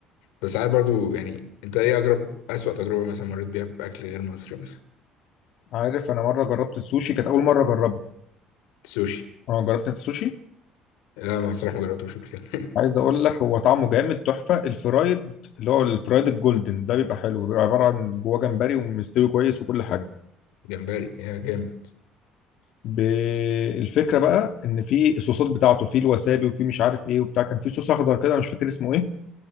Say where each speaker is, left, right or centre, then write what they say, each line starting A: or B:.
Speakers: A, on the left; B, on the left.
A: بس ساعات برضو يعني أنت إيه أجرب أسوأ تجربة مثلا مريت بيها بأكل غير مصري مثلا
B: عارف انا مره جربت السوشي كانت اول مره اجربه
A: سوشي
B: اه جربت انت السوشي
A: لا ما الصراحة ما جربتوش قبل كده
B: عايز اقول لك هو طعمه جامد تحفه الفرايد اللي هو الفرايد الجولدن ده بيبقى حلو بيبقى عباره عن جواه جمبري ومستوي كويس وكل حاجه
A: <laughs> جمبري يا جامد
B: ب- الفكره بقى ان في الصوصات بتاعته في الوسابي وفي مش عارف ايه وبتاع كان في صوص اخضر كده أنا مش فاكر اسمه ايه